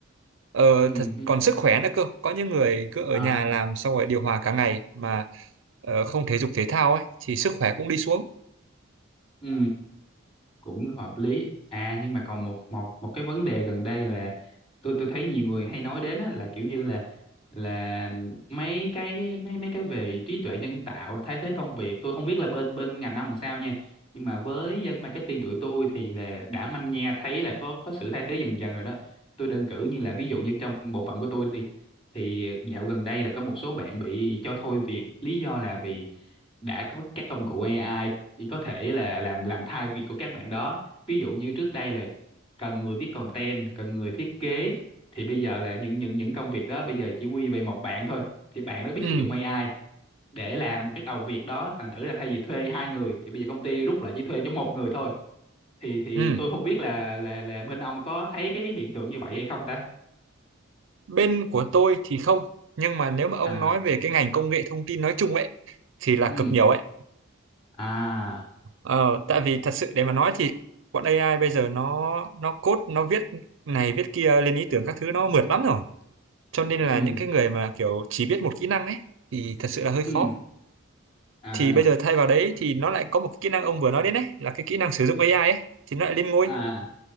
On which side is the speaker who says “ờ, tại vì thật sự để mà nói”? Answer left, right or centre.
Right